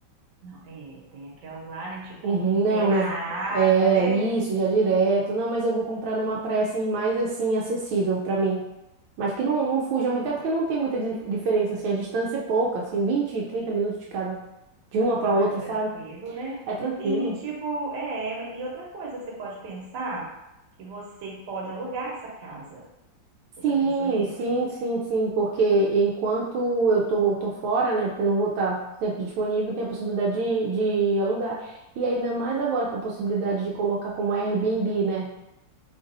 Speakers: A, on the right (about 65°); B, on the right (about 85°).
A: Não, é, tem aquelas lá, né? Tipo,
B: Uhum, não,
A: pé na
B: mas
A: água,
B: é
A: né?
B: isso, já é direto. Não, mas eu vou comprar numa praia assim, mais assim, acessível para mim. Mas que não, não fuja muito, é porque não tem muita di- diferença, assim, a distância é pouca, assim, 20, 30 minutos de cada, de uma para
A: Ah,
B: outra,
A: tranquilo,
B: sabe?
A: né?
B: É tranquilo.
A: E tipo, é, é, e outra coisa que você pode pensar, que você pode alugar essa casa.
B: Sim,
A: Você já pensou nisso?
B: sim, sim, sim, porque enquanto eu tô, tô fora, né, porque eu não vou estar sempre disponível, tem a possibilidade de, de alugar. E ainda mais agora com a possibilidade de colocar como Airbnb, né?